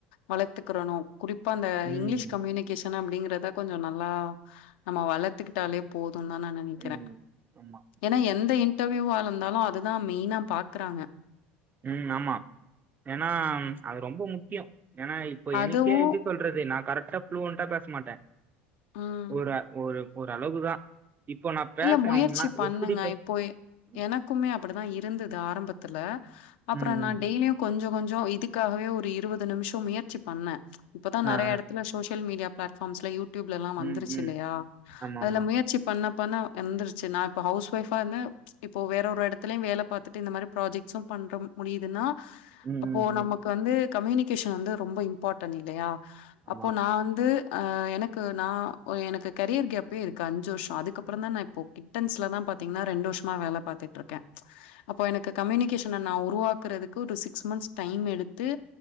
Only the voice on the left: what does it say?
வளர்த்துக்கிறணு குறிப்பா இந்த
இங்கிலீஷ் கம்யூனி கேஷன் அப்டிங்கிறத கொஞ்ச நல்லா நம்ம வளத்துக்கிட்டாலே போதுன்தா நா நென க்கிற
ஏன்னா எந்த இன்டர்வியூவா இருந்தாலு அதுதா மெயினா பாக்குறாங்க
அதுவு
ம்
இல்ல முயற்சி
பண்ணுங்க
இப்போயே
எனக்குமே அப்டிதா இருந்தது ஆரம்பத்துல அப்புற
நா டெய்லியு கொஞ்சோ கொஞ்சோ இதுக்காகவே ஒரு இருவது நிமிஷ முயற்சி பண்ண இப்பதா நறைய
எடத்துல சோசியல் மீடியா பிளாட்ஃபார்ம்ஸ்ல யூடியூப்லலா எல்லா வந்துருச்சி
இல்லையா
அதுல
முயற்சிப் பண்ண பண்ண எந்திருச்சி நா இப்ப ஹவுஸ் ஒய்ஃப்பான்னு இப்போ வேற ஒரு எடத்துலயு வேல பாத்துட்டு இந்த மாரி ப்ராஜெக்ட்ஸும் பண்ற முடியுதுன்னா
அப்போ
நமக்கு
வந்து கம்யூனிகேஷன் வந்து ரொம்ப இம்பாட் டென் இல்லையா
அப்போ நா வந்து ஆ எனக்கு நா எனக்கு கரியர் கேப்பே இருக்கு அஞ்சி வர்ஷ அதுக்கப்புற தா நா இப்போ கிட்டன்ஸ்லதா பாத்தீங்கனா ரெண்டு வருஷமா வேல பாத்துட்டு இருக்க அப்போ எனக்கு கம்யூனிகேஷ் ன நா உருவாக்குறதுக்கு ஒரு சிக்ஸ் மந்த்ஸ் டைம் எடுத்து